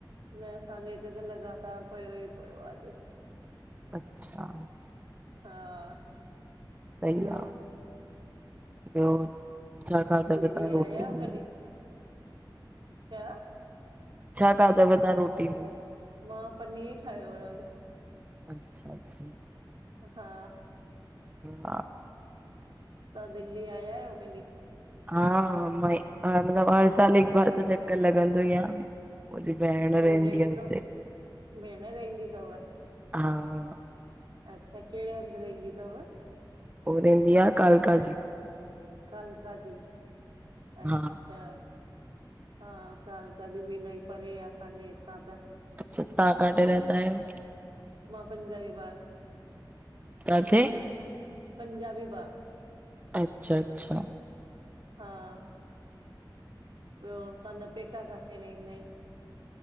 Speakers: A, on the right (about 80°); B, on the right (about 20°).
A: न असांजे हिते त लॻातार पयो ई पयो आहे।
B: अच्छा
A: हा
B: सई
A: ॿियो
B: आह ॿयो छा खाधव
A: दिल्ली
B: तां
A: आया
B: रोटी
A: आहियो
B: में।
A: कॾहिं? छा?
B: छा खाधव तां रोटी में?
A: मां पनीर ठायो हुयो अॼ।
B: अच्छा-अच्छा
A: हा
B: हा
A: तां दिल्ली आया आयो कॾि?
B: हा म मतलब हर साल हिक बार त चक्कर लॻंदो ई आ। मुंजी भेण रहंदी
A: कोई रहंदो
B: आ हुते
A: भेण रहंदी तव?
B: हा।
A: अच्छा केड़े हंध रईंदी तव।
B: उ रहंदी आ कालका जी
A: कालका जी। अच्छा,
B: हा
A: हां कालका जी बि इलाई परे आ असांजे तहां तो
B: अच्छा तव्हां काथे रहंदा आहियो?
A: <inaudible> मां पंजाबी बार
B: कार से
A: पंजाबी बाग
B: अच्छा अच्छा
A: हां ॿियो तहांजा पेका काथे रहिंदा आहिनि?